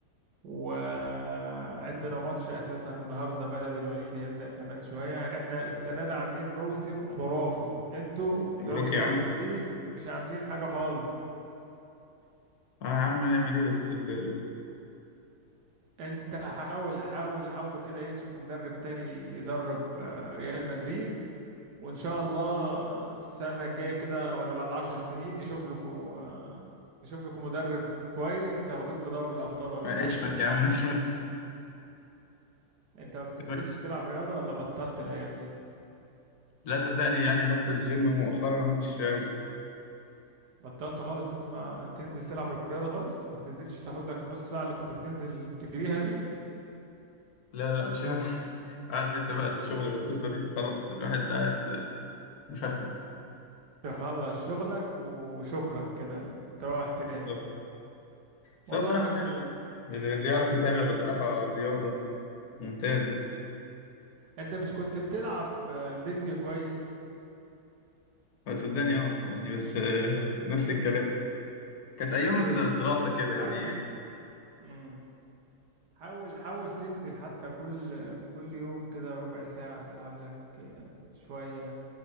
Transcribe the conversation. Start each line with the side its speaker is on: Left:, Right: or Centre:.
Right: وعندنا ماتش اساسا النهارده بلدي الوليد هيبدأ كمان شوية يعني احنا السنة دي عاملين موسم خرافي انتوا
Left: مبروك
Right: بتوع ريال
Left: يا عم
Right: مدريد مش عاملين حاجة خالص
Left: اه يا عم هنعمل ايه بس ال...
Right: انت حاول حاول حاولوا كده ايه تشوفوا مدرب تاني يدرب آه، ريال مدريد وإن شاء الله السنة الجاية كده ولا بعد عشر سنين نشوف لكم نشوف لكم مدرب كويس تاخدوكوا دوري الأبطال ولا
Left: ما
Right: حاجة
Left: اشمت يا عم <laughs> اشمت
Right: أنت ما بتنزلش
Left: سيبك
Right: تلعب رياضة ولا بطلت الأيام دي
Left: لا صدقني يعني حتى الجيم مؤخرا هو مش شاوي
Right: بطلت خالص تسمع تنزل تلعب رياضة خالص ما بتنزلش تاخد لك النص ساعة اللي كنت بتنزل تجريها دي
Left: لا لا مش شاوي <laughs> عارف انت بقى الشغل والقصه دي فخلاص الواحد قاعد مفخد
Right: تخلص شغلك وشكرا كده تروح تنام
Left: بالظبط. بس
Right: والله
Left: هو بصراحه
Right: أنا كنت
Left: حلو يعني اللي اللي يعرف يتابع بصراحه الرياضه ممتازه
Right: أنت مش كنت بتلعب بنج كويس
Left: بس صدقني اه يعني بس آه، نفس الكلام كانت
Right: طب
Left: ايام
Right: ليه بطلت
Left: الدراسه كده
Right: حاول
Left: يعني
Right: مم. حاول حاول تنزل حتى كل كل يوم كده ربع ساعة تلعب لك آه، شوية